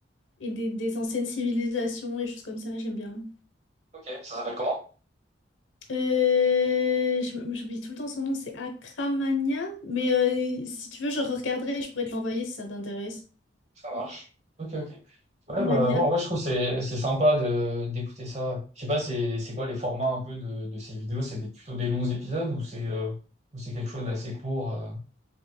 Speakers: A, on the left; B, on the right.
A: et des, des anciennes civilisations et choses comme ça, j'aime bien.
B: Ok, ça s'appelle comment?
A: Euh, je- j'oublie tout le temps son nom, c'est Akramania, mais euh, si tu veux, je regarderai et je pourrais te l'envoyer si ça t'intéresse.
B: Ça marche. Ok, ok. Ouais,
A: Akramania.
B: bah, ouais, en vrai, je trouve que c'est c'est sympa de d'écouter ça. Je sais pas, c'est c'est quoi les formats un peu de, de ces vidéos? C'est des- plutôt des longs épisodes ou c'est euh, ou c'est quelque chose d'assez court? euh